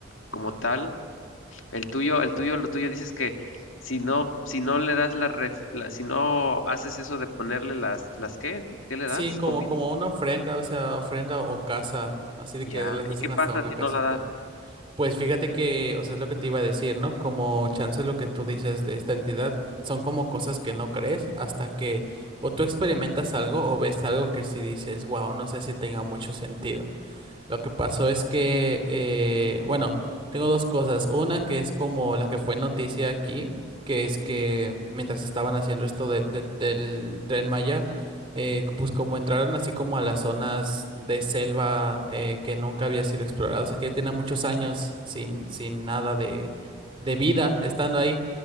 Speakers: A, on the left (about 75°); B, on the right (about 25°).
A: como
B: Ajá.
A: tal, El tuyo, el tuyo, lo tuyo dices que si no, si no le das la, ref- la- si no haces eso de ponerle las, las qué, ¿qué le
B: Sí,
A: das?
B: como,
A: Comida.
B: como una ofrenda, o sea, ofrenda o casa, así de
A: Ya.
B: que las hacen
A: ¿Y qué pasa
B: hasta una
A: si
B: casita.
A: no la das?
B: Pues fíjate que, o sea, es lo que te iba a decir, ¿no? Como chance lo que tú dices de esta entidad, son como cosas que no crees hasta que o tú experimentas algo o ves algo que sí dices, wow, no sé si tenga mucho sentido. Lo que pasó es que, eh, bueno, tengo dos cosas. Una que es como la que fue noticia aquí, que es que mientras estaban haciendo esto de- del del Tren Maya, eh, co- pues como entraron así como a las zonas de selva eh, que nunca había sido explorada, o sea que ya tenía muchos años sin, sin nada de, de vida estando ahí